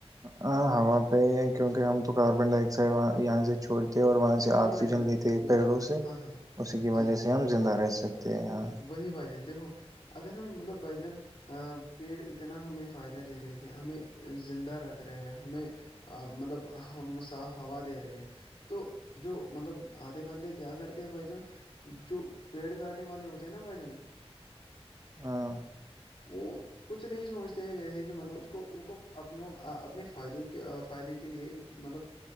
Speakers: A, on the right (about 35°); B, on the left (about 55°).
A: ہاں ہوا پہ ہی ہے کیونکہ ہم تو کاربن ڈائی آکسائڈ یہاں سے چھوڑ اور وہاں سے
B: جی
A: آکسیجن
B: بھائی جان
A: لیتے ہیں
B: نا-
A: پیڑوں سے
B: ہاں ہاں
A: اسی کی
B: جی
A: وجہ
B: جی
A: سے ہم زندہ رہ سکتے ہیں ہاں
B: وہی بھائی جان دیکھو اگر ہم مطلب بجن ا پیڑ اتنا ہمیں فائدہ دے رہے کہ ہمیں زندہ رکھ رہے ہیں ہمیں ا مطلب ہم صاف ہوا دے رہے ہیں تو جو مطلب آدھے بندے کیا کرتے ہیں بھائی جان جو پیڑ کاٹنے والے ہوتے ہیں نا بھ جان
A: ہاں
B: بت کچھ نہیں سوچتے ہیں جیسے کہ مطلب اس کو ان کو اپنوں اپنے فائدوں کے فائدے کے لیئے مطلب